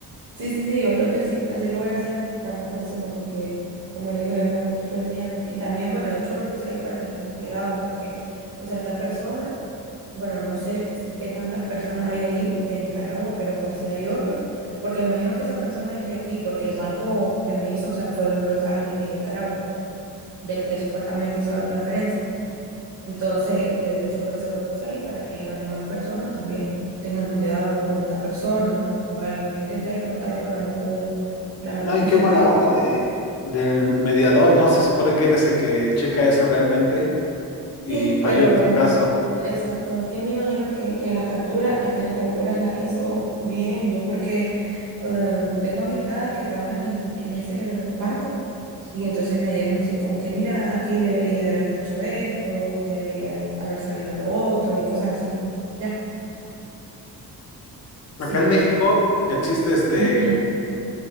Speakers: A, on the right; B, on the left.
A: Sí, sí, sí, yo creo que sí, así lo voy a hacer para la próxima porque, como le digo, ya me da un poquito de miedo. Y también, bueno, de hecho lo puse ahí para que tengan cuidado porque, o sea, esta persona, bueno, no sé es- qué tantas personas hay ahí de Nicaragua, pero por si hay otro, porque me imagino que esa persona es de aquí, porque el banco que me hizo, o sea, fue un local de aquí de Nicaragua, del que supuestamente hizo la transferencia. Entonces, este, de hecho, por eso lo puse ahí, para que las demás personas también tengan cuidado con esta persona o algo. Yo intenté reportarlo, pero no pude. La verdad
B: No,
A: es que
B: y qué
A: sentí,
B: mala onda de del mediador, ¿no? Se supone que es ese que checa eso realmente. y
A: sí,
B: falló
A: pero
B: en tu
A: mm,
B: caso.
A: exacto, que me imagino que, que las capturas, que las capturas las hizo bien. Yo porque eh, tengo amistades que trabajan en, en ese banco. Y entonces me dieron así como que, mira, aquí debería de haber dicho esto, o aquí debería haber haber salido lo otro, y cosas así. Ya, sí.
B: Acá en México existe este
A: <clears throat>